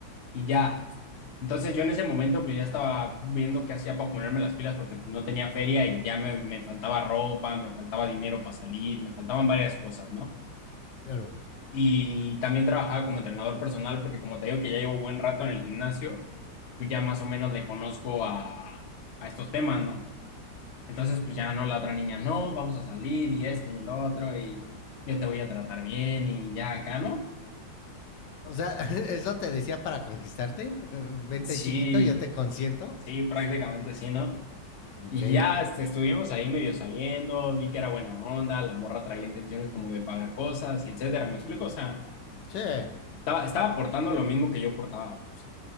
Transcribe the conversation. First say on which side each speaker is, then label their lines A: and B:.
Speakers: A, on the left; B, on the left.
A: Y ya, Entonces yo en ese momento pues ya estaba viendo qué hacía para ponerme las pilas porque pues, no tenía feria y ya me, me faltaba ropa, me faltaba dinero para salir, me faltaban varias cosas, ¿no?
B: claro.
A: Y también trabajaba como entrenador personal porque como te digo que ya llevo buen rato en el gimnasio, pues ya más o menos le conozco a, a estos temas, ¿no? Entonces pues ya no, la otra niña, no, vamos a salir y esto y el otro y yo te voy a tratar bien y ya acá, ¿no?
B: O sea, <laughs> ¿eso te decía para conquistarte? Eh, Vente
A: Sí,
B: chiquito, yo te consiento.
A: sí, prácticamente sí, ¿no? Y
B: Ok.
A: ya este, estuvimos ahí medio saliendo, vi que era buena onda, la morra traía intenciones como de pagar cosas y etcétera, ¿me explico? O sea,
B: Che.
A: estaba, estaba portando lo mismo que yo portaba.